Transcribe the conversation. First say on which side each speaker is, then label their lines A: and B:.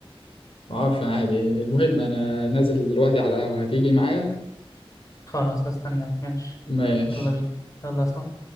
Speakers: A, on the left; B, on the left.
A: ما اعرفش انا عادي المهم انا نازل دلوقتي على القهوه هتيجي معايا
B: خلاص استناك ماشي
A: ماشي
B: يلا بينا يلا صح